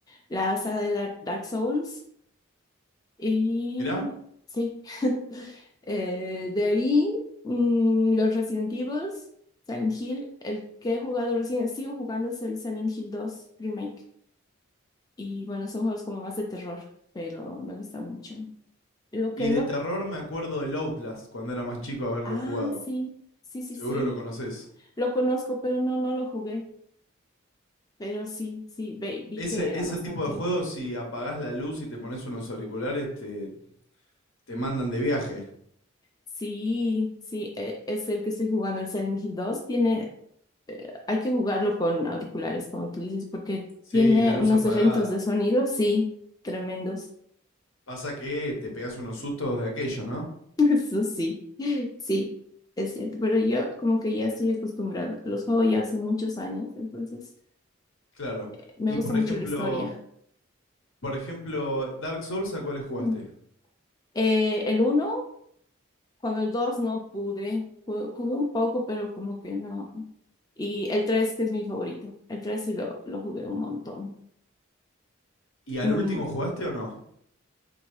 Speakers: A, on the left (about 20°); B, on the left (about 75°).
A: la saga de Dark Dark Souls. Y
B: Mirá.
A: sí, <laughs> Eh, de ahí mm, los Resident Evil, Silent Hill, el que he jugado recién, sigo jugando es el Silent Hill dos Remake. Y bueno, son juegos como más de terror, pero me gustan mucho. Lo
B: Y
A: que
B: de
A: no,
B: terror me acuerdo del Outlast cuando era más chico haberlo
A: ah,
B: jugado.
A: sí, sí, sí,
B: Seguro
A: sí,
B: lo conoces.
A: lo conozco, pero no, no lo jugué. Pero sí, sí, ve- vi
B: Ese,
A: que era
B: ese
A: bastante.
B: tipo de juegos, si apagás la luz y te pones unos auriculares, te, te mandan de viaje.
A: Sí, sí, e- es el que estoy jugando, el Silent Hill dos Tiene eh, hay que jugarlo con auriculares, como tú dices, porque
B: Sí,
A: tiene
B: la luz
A: unos
B: apagada.
A: efectos de sonido, sí, tremendos.
B: Pasa que te pegás unos sustos de aquello, ¿no?
A: <laughs> Eso sí, sí, es cierto, pero yo como que ya estoy acostumbrada. Los juego ya hace muchos años, entonces
B: Claro.
A: eh, me
B: Y
A: gusta
B: por
A: mucho
B: ejemplo,
A: la historia.
B: por ejemplo, Dark Souls, ¿a cuáles jugaste?
A: Mm. Eh, el uno, cuando el dos no pude, ju- jugué un poco, pero como que no. Y el tres, que es mi favorito. El tres sí lo, lo jugué un montón.
B: ¿Y al
A: El
B: último jugaste o no?